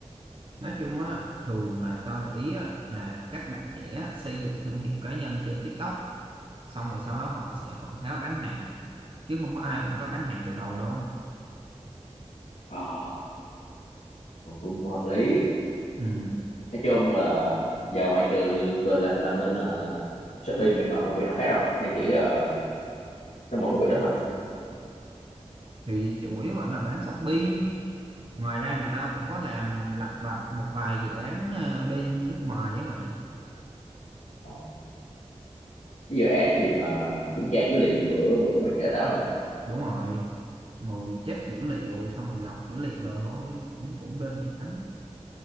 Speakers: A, on the right (about 45°); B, on the left (about 85°).
A: nói chung á thường là tao để ý á, là các bạn trẻ xây dựng thương hiệu cá nhân trên TikTok xong rồi sau đó họ sẽ quảng cáo bán hàng chứ không có ai quảng cáo bán hàng từ đầu đâu
B: Ờ còn cũng, cũng hợp lý
A: ừ.
B: nói chung là giờ ngoại trừ về làm làm bên uh, Shopee mà chọn công việc nào khác không hay chỉ ờ, cái mỗi công việc đó thôi
A: thì chủ yếu vẫn là bán Shopee ngoài ra thì tao cũng có làm lặt vặt một vài dự án ờ, bên nước ngoài á mày
B: Ờ, cái dự án gì mà kiểm tra dữ liệu gì bữa bữa mày kể tao hả
A: đúng rồi ngồi check dữ liệu xong rồi lọc dữ liệu đồ thôi cũng cũng đơn giản